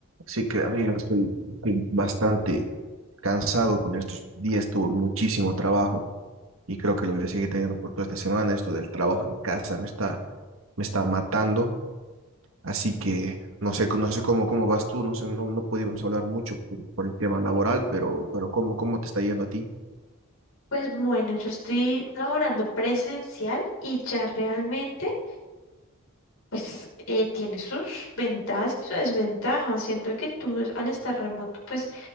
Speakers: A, on the right; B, on the left.
A: Sí que, amigo, estoy, estoy bastante cansado con estos días, tuve muchísimo trabajo y creo que lo voy a seguir teniendo por toda esta semana. Esto del trabajo en casa me está, me está matando, así que no sé, no sé cómo, cómo vas tú, no sé, no, no pudimos hablar mucho por, por el tema laboral, pero, pero ¿cómo, cómo te está yendo a ti?
B: Pues bueno, yo estoy laborando presencial y ya realmente, pues eh, tiene sus ventajas y sus desventajas. Siento que tú es- al estar remoto, pues